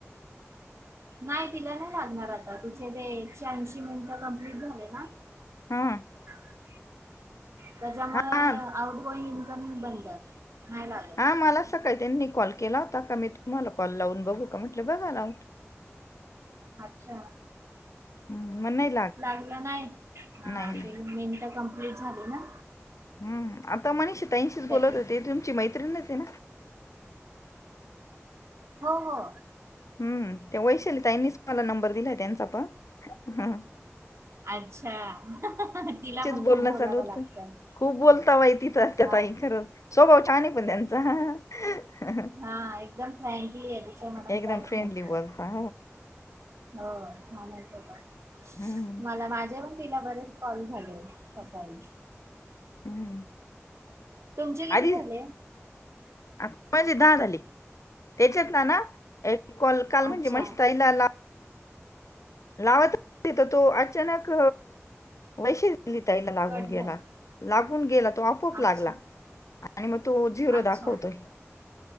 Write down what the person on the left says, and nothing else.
हा
हा
हा मलाच सकाळी त्यांनी कॉल केला होत का मी तुम्हाला कॉल लावून बघू का म्हटलं बघा लावून.
हम्म. मग नाही
नाही नाही
हम्म आता मनीष ताईंशीच
बोलत होते तुमची मैत त्रिणच आहे ना.
हम्म ते वैशाली ताईंनीच मला नंबर दिलाय त्यांचा पण हं
बोलणं
चालू होतं
खूप बोलता बाय ती तर त्या
ताई खरंच स्वभाव छान आहे पण त्यांचा हा
एकदम
फ्रेंडली
बोलता.
हम्म
हम्म
आधी
माझे दहा झाले त्याच्यात ना ना एक‌ कॉल काल म्हणजे
मनिषा ताईला ला लावत होते तर तो अचानक वैशा लि ताईला लागून
गेला लागून गेला तो आपोआप लागला
आणि मग, तो झिरो
दाखवतोय.